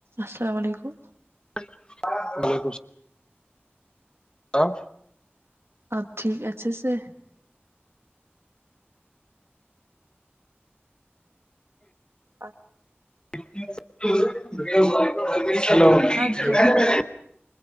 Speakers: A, on the right; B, on the left.
A: السلام علیکم
B: <inaudible> ہاں
A: اب ٹھیک اچھے سے <inaudible>
B: <inaudible>
A: آپ کیا